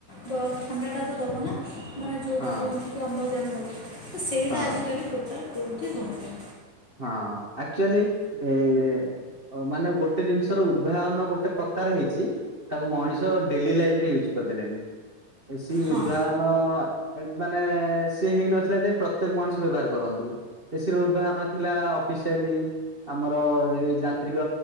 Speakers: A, on the left; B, on the right.
A: ବ ଥଣ୍ଡାଟା ତ ଦବନା। ମାନେ ଯଉଟା
B: ହଁ
A: କୁହନ୍ତି କି ଅମ୍ଳଜାନ ଦବ ତ ସେଇଟା
B: ହଁ
A: ଆଜିକାଲି ଟୋଟାଲ କଉଠି ହଉନି।
B: ହଁ ଆକ୍ଚୁଲି ଏ। ଅ ମାନେ ଗୋଟେ ଜିନିଷର ଉଦ୍ଭାବନ ଗୋଟେ ପ୍ରକାର ହେଇଛି। ତାକୁ ମଣିଷ ଡେଲି ଲାଇଫ ରେ ୟୁଜ୍ କରିଦେଲେଣିି ଏ ସି
A: ହଁ
B: ଉଦ୍ଭାବନ। ଏଇ ମାନେ ଏ ସି ହେଇନଥିଲା ଯେ ପ୍ରତ୍ୟେକ ମଣିଷ ବ୍ୟବହାର କରନ୍ତୁ ଏ ସିି ର ଉଦ୍ଭାବନ ଥିଲା ଅଫିସିଆଲି। ଆମର ଏଇ ଯାନ୍ତ୍ରିକ